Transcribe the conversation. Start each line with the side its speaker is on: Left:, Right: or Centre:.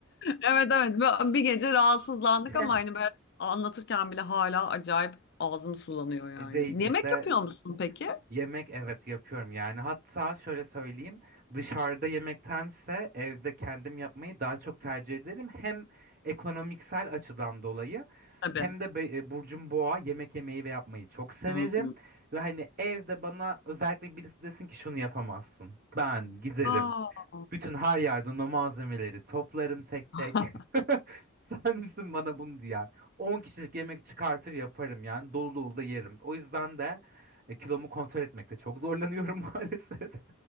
Left: Evet evet Böyle bir gece rahatsızlandık
Right: <laughs>
Left: ama hani ben anlatırken bile hala acayip ağzım sulanıyor yani.
Right: E, değdiyse
Left: Yemek yapıyor musun peki?
Right: Yemek evet yapıyorum yani hatta şöyle söyleyeyim dışarıda yemektense evde kendim yapmayı daha çok tercih ederim hem ekonomiksel açıdan dolayı
Left: Tabii.
Right: hem de be- e, burcum boğa yemek yemeyi ve yapmayı çok severim
Left: Hı hı.
Right: ve hani evde bana özellikle birisi desin ki şunu yapamazsın ben giderim
Left: Aa.
Right: bütün her yerden o malzemeleri toplarım tek tek.
Left: <laughs>
Right: <laughs> Sen misin bana bunu diyen? 10 kişilik yemek çıkartır yaparım yani dolu dolu da yerim. O yüzden de e, kilomu kontrol etmekte çok zorlanıyorum <laughs> maalesef.